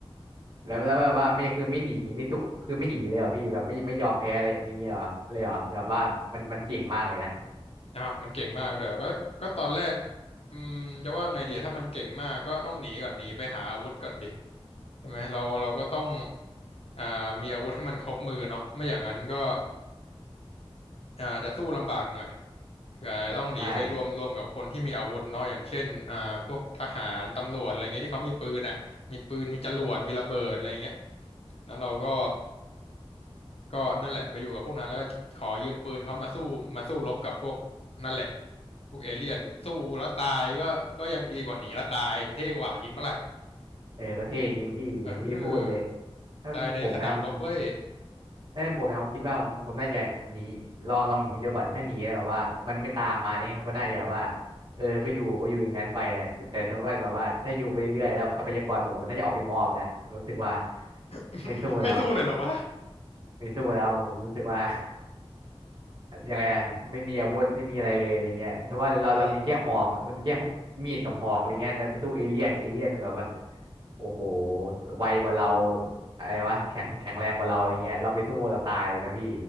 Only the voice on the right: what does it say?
แล้วแล้วแบบว่าไม่คือไม่หนีไม่สู้คือไม่หนีเลยเหรอพี่แบบไม่ไม่ยอมแพ้เลยอย่างเงี้ยเหรอเลยเหรอแบบว่ามันมันเก่งมากเลยนะ
ใช่
เออก็เท่จริงพี่อย่างที่พี่พูดเลย
ถ้าเป็นผมนะผม
ถ้าเป็นผมนะผมคิดว่าผมผมน่าจะหนีลองลองหนีดูก่อนถ้าหนีแล้วแบบว่ามันไม่ตามมาเนี่ยก็น่าจะว่าเออก็อยู่ก็อยู่อย่างนั้นไปแหละแต่สมมติว่าแบบว่าถ้าอยู่ไปเรื่อยๆแล้วทรัพยากรหมดก็น่าจะออกไปมอบแล้วรู้สึกว่า
ไม่สู้แล้ว
ไม่สู้แล้วผมรู้สึกว่า ยังไงล่ะไม่มีอาวุธไม่มีอะไรเลยอะไรเงี้ยเพราะว่าเราเรามีแค่หอกเรามีแค่
มีดกับหอกอะไรเงี้ยเราไปสู้เอเลี่ยนเอเลี่ยนมันแบบว่าโอ้โหไวกว่าเราอะไรวะแข็งแข็งแรงกว่าเราอะไรเงี้ยเราไปสู้เราตายเลยนะพี่